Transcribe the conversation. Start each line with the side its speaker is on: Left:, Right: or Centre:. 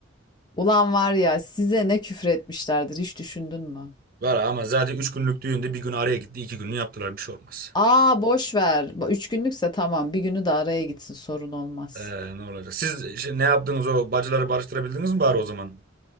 Left: Ulan var ya size ne küfür etmişlerdir hiç düşündün mü?
Right: Var ama zaten üç günlük düğünde bir gün araya gitti. iki gününü yaptılar. Bir şey olmaz.
Left: Aa boş ver. Bu Üç günlükse tamam bir günü de araya gitsin sorun olmaz.
Right: Ee, ne olacak? Siz işte ne yaptınız o bacıları barıştırabildiniz mi bari o zaman?